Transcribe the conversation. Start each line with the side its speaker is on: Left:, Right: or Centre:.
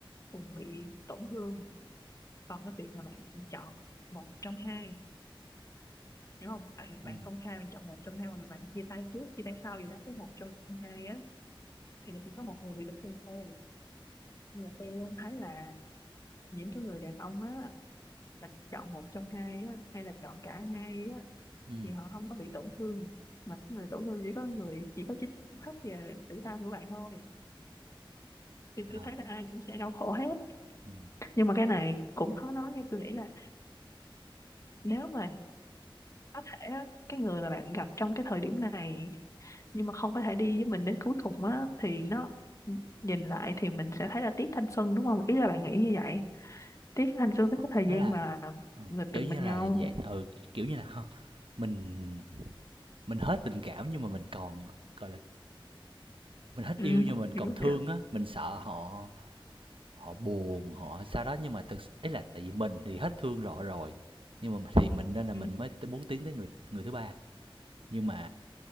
Left: cùng bị tổn thương còn cái việc mà bạn chọn một trong hai đúng không bạn bạn
Right: ừ
Left: công khai bạn chọn một trong hai hoặc là bạn chia tay trước chia tay sau gì đó với một trong hai á thì nó chỉ có một người bị tổn thương thôi nhưng mà tôi luôn thấy là những cái người đàn ông á là chọn một trong hai á hay là chọn cả hai á
Right: ừ
Left: thì họ không có bị tổn thương mà cái người tổn thương chỉ có người chỉ có chính thức về tử tâm của bạn thôi thì tôi
Right: ờ
Left: thấy là ai cũng sẽ đau khổ hết
Right: ừ
Left: nhưng mà cái này cũng khó nói như tôi nghĩ là nếu mà có thể á, cái người mà bạn gặp trong cái thời điểm này nhưng mà không có thể đi với mình đến cuối cùng á thì nó nhìn lại thì mình sẽ thấy là tiếc thanh xuân đúng không ý là bạn nghĩ như vậy tiếc thanh xuân với
Right: Ờ,
Left: cái thời
Right: Đó
Left: gian
Right: là
Left: mà
Right: ừ,
Left: người
Right: kiểu
Left: từng
Right: như
Left: bên
Right: là
Left: nhau
Right: vậy ừ kiểu như là ha, mình mình hết tình cảm nhưng mà mình còn, gọi là, mình hết
Left: ừ
Right: yêu nhưng mà mình còn
Left: hiểu
Right: thương
Left: hiểu
Right: á, mình sợ họ họ buồn, họ sao đó nhưng mà thực s ý là tại vì mình thì hết thương họ rồi, nhưng mà thì mình nên là
Left: ừ.
Right: mình mới t muốn tiến tới người người thứ ba. Nhưng mà